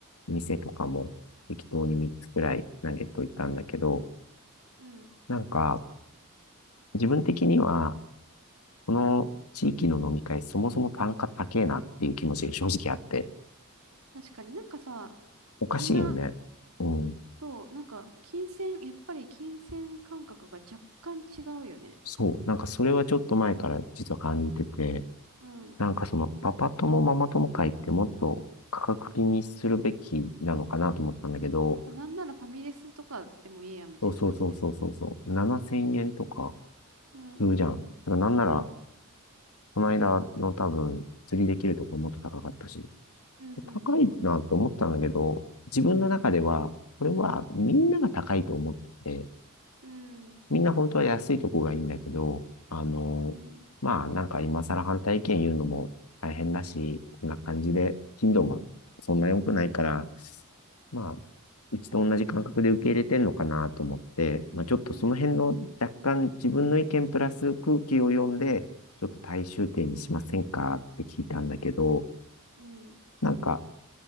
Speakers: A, on the left; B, on the right.
A: 店とかも適当に3つくらい投げといたんだけど、
B: うん。
A: なんか、自分的には、この地域の飲み会、そもそも単価高えなっていう気持ちが正直あって、
B: 確かになんかさ、
A: おかしいよね。
B: みんな、
A: うん。
B: そう、なんか、金銭、やっぱり金銭感覚が若干違うよね。
A: そう。なんかそれはちょっと前から実は感じてて、
B: うん。
A: なんかそのパパ友ママ友会ってもっと価格気にするべきなのかなと思ったんだけど、
B: まあなんならファミレスとかでもいいや、みたいな感じだよね。
A: そうそうそうそうそうそう、7000円とか
B: うん、
A: するじゃん。
B: うん、うん。
A: だからなんなら、
B: うん
A: この間の多分釣りできるところもっと高かったし、
B: うんうん
A: 高いなと思ったんだけど、自分の中では、
B: うん
A: これはみんなが高いと思ってて、
B: うん
A: みんな本当は安いとこがいいんだけど、あの、
B: うん
A: まあなんか今更反対意見言うのも大変だし、こんな感じで頻度もそんな良くないから、まあ、うちと同じ感覚で受け入れてんのかなと思って、まあちょっとその辺の若干自分の意見プラス空気を読んで、
B: うんうん
A: ちょっと大衆点にしませんかって聞いたんだけど、
B: うん
A: なんか